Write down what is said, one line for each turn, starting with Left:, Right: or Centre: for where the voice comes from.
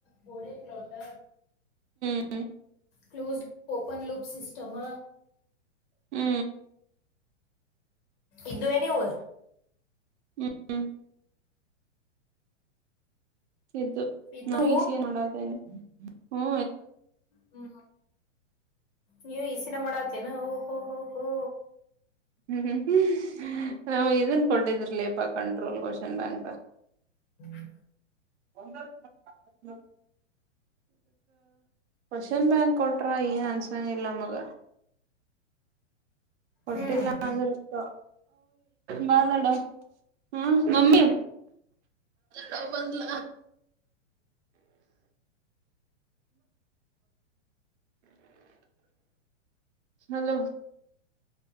Left: ಬೋಡೆ ಪ್ಲಾಟ್
Right: ಹೂ
Left: ಕ್ಲೋಸ್ ಓಪನ್ ಲಲುಪ್ ಸಿಸ್ಟಮ್
Right: ಹೂ
Left: ಇದ್ದುವೇ ನೀವು
Right: ಹೂ ಹೂ ಇದ್ವು
Left: ಇದ್ದು
Right: ನಾವು ಈಸಿಯ ನೋಡ್ದೇನೆ ಹೂ
Left: ಹೂ ನೀವ ಈಸಿನ ಮಾಡತೇನಾ ಓಹೋ ಹೋ ಹೋ
Right: ಹೂ ಹೂ ಹೂ ನಾವು ಇದನ್ ಕೊಟ್ಟಿದ್ರ ಲಪಾ ಕಂಟ್ರೋಲ್ ಕ್ವೆಷನ್ ಬ್ಯಾಂಕ್
Left: ಹೂ
Right: ಒಂದ ಅಕ್ಕೆ ಕ್ವೆಶ್ಚನ್ ಬ್ಯಾಂಕ್ ಕೊಟ್ರ ಏನ್ ಆನ್ಸರ್ ಹಂಗಿಲ್ಲ ಮಗ ಕೊಟ್ಟಿಲ್ಲ
Left: ಹ್ಮ್
Right: ಅಂದ್ರೆ ಯ ಬಾಳಾಡ ಹಾ ಮಮ್ಮಿ ಡವ್ ಬಂದಲ ಹಲೋ